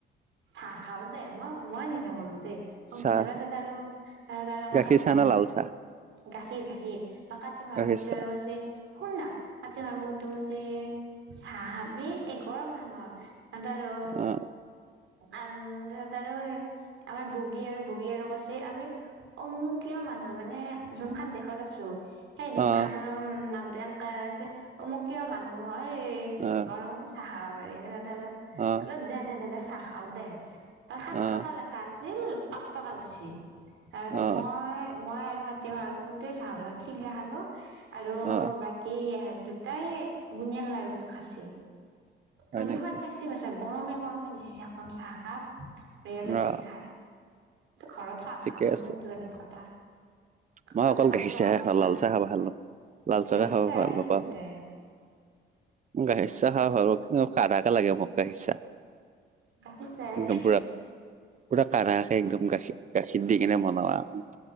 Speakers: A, on the right; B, on the right.
A: চ খাও দে মই মই নিজে কলো দেই তাৰ
B: চাহ,
A: পিছত আৰু তাৰ কাৰণে আমাৰ
B: গাখীৰ
A: কাতি
B: চাহ
A: মাৰ
B: না লাল চাহ?
A: গাখীৰ গাখীৰ আৰু কাতি মাৰ
B: গাখীৰ
A: বহতো
B: চাহ,
A: আৰু আছে শুনলা আতি ভাবোতো যে চাহ খাবি এই গৰম খনত আৰু
B: অ',
A: আম তাৰত আৰু আমাৰ বগী আৰু বগী আৰু কছি আমি অ মোৰ কিয় মানুহ মানে যোনখন দেশত আছো সেই দেশখনৰ
B: অ',
A: নামটো এনেকোৱা হৈছে অ মোক কিয় মানুহ হয়
B: অ',
A: গৰমতো চাহ খাব পাৰি তত আৰু
B: অ',
A: অল দে দে দে চাহ খাও দে তাৰ সাত
B: অ',
A: টকা লেখা আছিল পাঁচ টকা লছি মই
B: অ',
A: মই আৰু ৰাতি ভুৱাৰ বহুততেই চাহ খালোঁ চিঙৰা খালো আৰু
B: অ',
A: বাকী দুটাই বুনিয়াল লাৰু খাইচে
B: হয়
A: ধলিও
B: নেকি?
A: সোৱাদ লাগিছে মছো গৰমে গৰমে দিছে একদম চাহ খাপ বেয়ালাগচে
B: অ',
A: খায় কি ঘৰতৰত চাও না
B: ঠিকে
A: খামাৰ
B: আছে।
A: চ বলে কথা
B: মই
A: তাতে
B: অকল
A: পাঁচ
B: গাখীৰ
A: টকা
B: চাহ
A: ভৰি
B: হে খাওঁ লাল চাহ খাব ভাল ন লাল চাহে
A: গাখীৰ
B: খাব ভাল
A: দিছি
B: নাপাওঁ
A: তাতে
B: গাখীৰ চাহ খাওঁ আৰু কি কাকে লাগে মোক গাখি চাহ
A: গাখীৰ চাহে
B: একদম
A: দিছি
B: পুৰা পুৰা কাৰাকে একদম গাখীৰ গাখীৰ দি কিনে বনোৱা